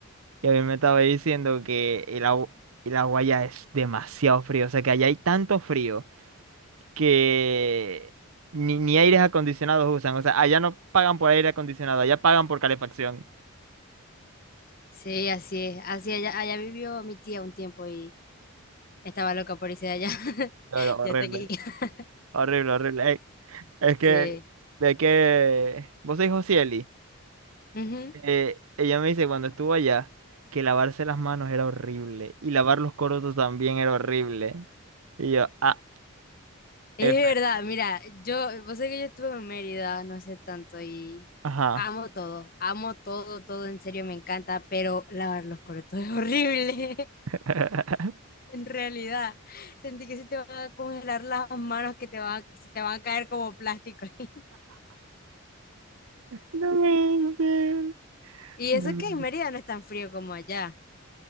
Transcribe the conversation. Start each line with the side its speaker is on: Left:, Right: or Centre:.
Right: y a mí me estaba diciendo que el, agu- el agua allá es demasiado frío, o sea que allá hay tanto frío que ni, ni aires acondicionados usan, o sea, allá no pagan por aire acondicionado, allá pagan por calefacción.
Left: Sí, así es. Así allá, allá vivió mi tía un tiempo y estaba loca por irse de allá. <laughs>
Right: Pero horrible,
Left: Ya está aquí. <laughs>
Right: horrible, horrible. Eh, Es que,
Left: Sí.
Right: de que, vos sois Josieli,
Left: Ujú.
Right: eh, ella me dice cuando estuvo allá que lavarse las manos era horrible y lavar los corotos también era horrible. Y yo, ah,
Left: Es
Right: F,
Left: verdad, mira, yo, vos sabés que yo estuve en Mérida no sé tanto y
Right: ajá.
Left: amo todo, amo todo, todo, en serio me encanta, pero lavar los corotos es horrible,
Right: <laughs>
Left: <laughs> en realidad. Sentí que se te van a congelar las manos, que te van, se te van a caer como plástico. <laughs>
Right: No puede ser.
Left: Y
Right: No.
Left: eso que en Mérida no es tan frío como allá.